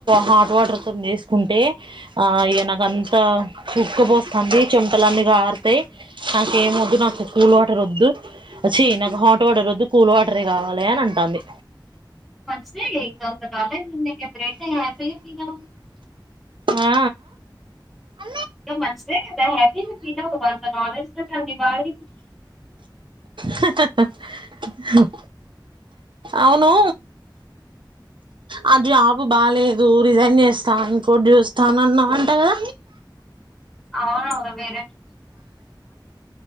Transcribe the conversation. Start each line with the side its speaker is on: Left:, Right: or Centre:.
Right: హాట్ వాటర్ తోని చేసుకుంటే ఆ ఎ నాక అంత ఉక్క పోస్తుంది చెమటలు అన్ని కారతాయి నాకు ఏమి వద్దు నాకు కూల్ వాటర్ వద్దు వచ్చి నాకు హాట్ వాటర్ వద్దు కూల్ వాటర్ కావాలి అని అంటుంది.
Centre: మంచిదే ఇంక ఒక కాలేజ్ ఉన్నాక ఇప్పుడైతే హ్యాపీ యే గా.
Right: ఆ ఆ
Centre: టూమచ్ హ్యాపీగా ఫీల్ అవ్వు <inaudible> మీ వాయిస్.
Right: హ్, హ్, అవును ఆ జాబ్ బాలేదు. రిజైన్ చేస్తాను. ఇంకోటి చూస్తాను అన్నావ్ అంట కదా?
Centre: అవునవును వేరే <unintelligible>